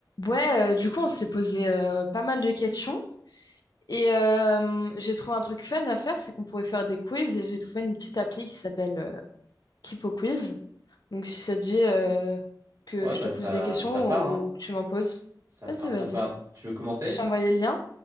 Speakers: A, on the left (about 60°); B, on the right (about 45°).
A: Ouais, euh, du coup, on s'est posé euh, pas mal de questions. Et euh, j'ai trouvé un truc fun à faire, c'est qu'on pourrait faire des quiz. Et j'ai trouvé une petite appli qui s'appelle euh, Kipo Quiz. Donc, si ça te dit euh, que
B: Ouais,
A: je
B: bah
A: te pose
B: ça,
A: des questions
B: ça part, hein.
A: ou que tu m'en poses,
B: Ça
A: vas-y,
B: part,
A: vas-y.
B: ça part. Tu veux commencer?
A: Je t'ai envoyé le lien.